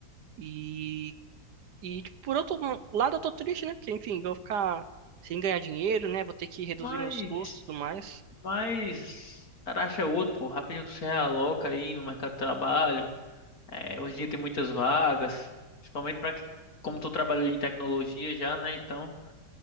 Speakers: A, on the right; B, on the left.
A: E, e, tipo, por outro lado, eu tô triste, né? Porque, enfim, vou ficar sem ganhar dinheiro, né? Vou ter que reduzir
B: Mas,
A: meus custos e tudo mais.
B: mas, o cara acha outro, pô. Rapidinho tu se realoca aí no mercado de trabalho. É, hoje em dia tem muitas vagas, principalmente pra que, como tu trabalhou em tecnologia já, né? Então,